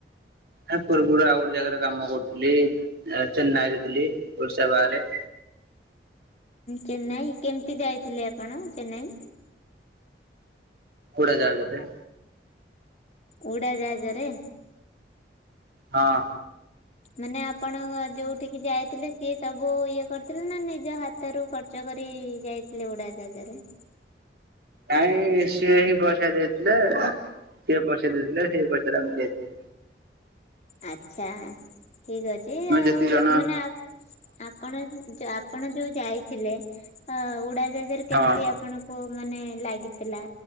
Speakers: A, on the right (about 60°); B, on the left (about 35°).
A: ନା, ପୂର୍ବରୁ ଆଉ ଗୋଟେ ଜାଗାରେ କାମ କରୁଥିଲି। ଆ ଚେନ୍ନାଇରେ ଥିଲି, ଓଡିଶା ବାହାରେ।
B: ଚେନ୍ନାଇ, କେମତି ଯାଇଥିଲେ ଆପଣ ଚେନ୍ନାଇ?
A: ଉଡ଼ାଜାହାଜରେ।
B: ଉଡାଜାହାଜରେ?
A: ହଁ।
B: ମାନେ ଆପଣଙ୍କ ଯୋଉଠି କି ଯାଇଥିଲେ ସିଏ ସବୁ ଇଏ କରିଥିଲେ ନା ନିଜ ହା ତ ରୁ ଖର୍ଚ୍ଚ କରି ଯାଇଥିଲେ ଉଡା ଜାହାଜରେ।
A: ନାଇଁ ସିଏ ହିଁ ପଇସା ଦେଇଥିଲେ ସିଏ ପଇସା ଦେଇଥିଲେ ସେଇ ପଇସା ଆମେ ଯାଇ ଥିଲୁ।
B: ଆଛା ଠିକ ଅଛି
A: ଆମେ
B: ଆଉ
A: ଯେତିକି ଜଣ
B: ମାନେ ଆପ୍ ଆପଣ ଯା ଆପ୍। ଆପଣ ଯୋଉ ଯାଇଥିଲେ ଅଁ ଉଡାଜାହାଜରେ
A: ହଁ
B: କେମିତି ଆପଣଙ୍କୁ ମାନେ ଲାଗି ଥିଲା